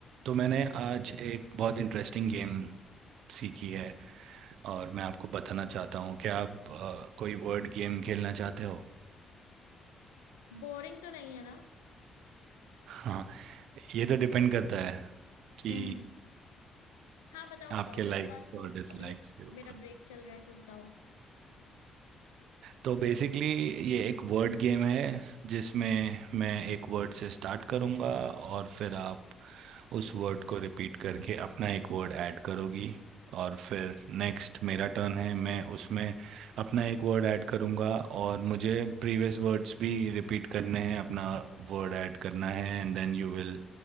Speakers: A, on the right (about 70°); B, on the left (about 80°).
A: तो मैंने आज एक बहुत इंटरेस्टिंग गेम सीखी है और मैं आपको बताना चाहता हूँ कि आप अ, कोई वर्ड गेम खेलना चाहते हो
B: Boring तो नहीं है ना
A: हाँ ये तो डिपेंड करता है कि
B: <laughs> हाँ बताओ बताओ
A: आपके
B: मेरे
A: लाइक्स
B: पास तो
A: और डिसलाइक्स
B: अभी
A: के ऊपर
B: मेरा ब्रेक चल रहा है तो बताओ
A: तो बेसिकली ये एक वर्ड गेम है जिसमें मैं एक वर्ड से स्टार्ट करूँगा और फिर आप उस वर्ड को रिपीट करके अपना एक वर्ड ऐड करोगी और फिर नेक्स्ट मेरा टर्न है मैं उसमें अपना एक वर्ड ऐड करूंगा और मुझे प्रीवियस वर्ड्स भी रिपीट करने हैं अपना वर्ड ऐड करना है एंड देन यू विल